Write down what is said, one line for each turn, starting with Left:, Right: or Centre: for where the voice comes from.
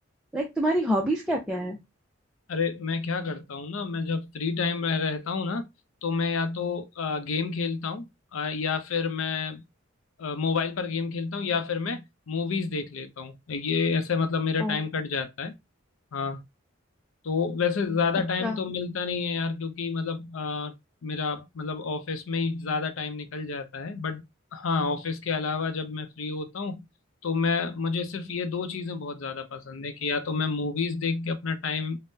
Centre: लाइक तुम्हारी हॉबीज क्या क्या है
Left: अरे मैं क्या करता हूँ ना मैं जब फ्री टाइम में रहता हूँ ना तो मैं या तो गेम खेलता हूँ अ, या फिर मैं मोबाइल पर गेम खेलता हूँ या फिर मैं मूवीज देख लेता हूँ ये ऐसे मतलब मेरा
Centre: ओह
Left: टाइम कट जाता है हाँ तो वैसे ज्यादा
Centre: अच्छा
Left: टाइम तो मिलता नहीं है यार क्योंकि मतलब अ, मेरा मतलब ऑफिस में ही ज्यादा टाइम निकल जाता है बट हाँ ऑफिस के अलावा जब मैं फ्री होता हूँ तो मैं मुझे सिर्फ ये दो चीजें बहुत ज्यादा पसंद है कि या तो मैं मूवीज देख के अपना टाइम